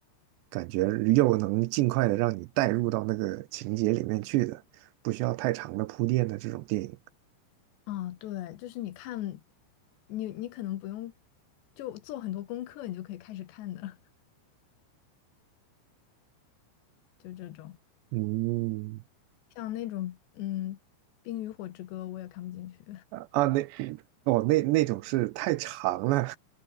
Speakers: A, on the right; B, on the left.
A: 感觉，又能尽快的让你带入到那个情节里面去的，不需要太长的铺垫的这种电影。
B: 啊，对，就是你看，你你可能不用就做很多功课，你就可以开始看的，<laughs> 就这种。
A: 嗯，
B: 像那种嗯，《冰与火之歌》，我也看不进去，
A: 啊，那哦，那那种是太长了，